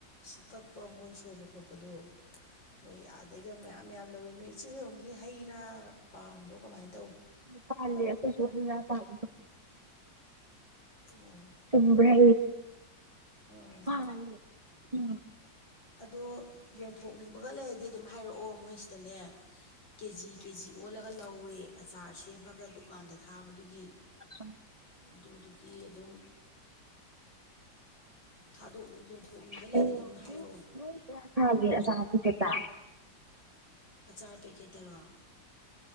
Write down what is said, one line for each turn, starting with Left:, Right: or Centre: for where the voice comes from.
Left: ꯁꯤ ꯀꯛꯄ ꯃꯈꯣꯏ ꯁꯣꯏꯕ ꯈꯣꯠꯄꯗꯣ ꯃꯣꯏ ꯑꯥꯗꯩꯒ ꯃꯌꯥꯝ ꯃꯌꯥꯝ ꯂꯧꯋꯤ ꯅꯣꯏ ꯏꯆꯦ ꯍꯔꯣꯝꯒꯤ ꯍꯩ ꯔꯥ ꯄꯥꯟꯕ꯭ꯔꯣ ꯀꯃꯥꯏꯅ ꯇꯧ
Right: ꯄꯂꯦ ꯐꯁꯨ ꯌꯥ ꯄꯪ
Left: ꯑꯣ
Right: ꯆꯨꯝꯕ꯭ꯔ
Left: ꯑꯥ
Right: ꯍ ꯎꯝ
Left: ꯑꯗꯣ ꯌꯣꯟꯊꯣꯛꯅꯤꯡꯕꯒ ꯂꯩꯔꯗꯤ ꯑꯗꯨꯝ ꯍꯥꯏꯔꯛꯑꯣ ꯃꯣꯏꯁꯤꯗꯅꯦ ꯀꯦ ꯖꯤ ꯀꯦ ꯖꯤ ꯑꯣꯜꯂꯒ ꯂꯧꯋꯦ ꯑꯆꯥꯔ ꯁꯦꯝꯃꯒ ꯗꯨꯀꯥꯟꯗ ꯊꯥꯕꯗꯨꯒꯤ
Right: ꯎꯝ
Left: ꯑꯗꯨꯗꯨꯒꯤ ꯑꯗꯨꯝ ꯊꯥꯗꯣꯛ ꯌꯣꯟꯊꯣꯛꯅꯤꯡꯕ ꯂꯩꯔꯗꯤ
Right: ꯑꯣ
Left: ꯑꯗꯨꯝ ꯍꯥꯏꯔꯛꯑꯣ
Right: ꯍꯥ ꯀ ꯇ
Left: ꯑꯆꯥꯔ ꯄꯦꯛꯀꯦꯠꯇꯔꯣ